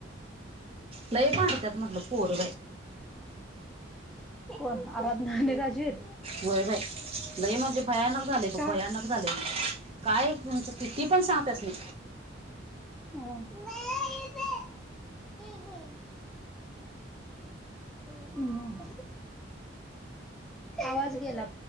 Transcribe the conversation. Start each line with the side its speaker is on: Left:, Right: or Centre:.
Right: लई भांडत्यात म्हटल पोर बाई
Centre: कोण आराधना आणि राजवीर
Right: व्हय बाई लई म्हणजे भयानक झाले बघ
Centre: का
Right: भयानक झाले. काय तुमचं किती पण सांग त्यासनी
Centre: हा हो हो. हम्म आवाज गेला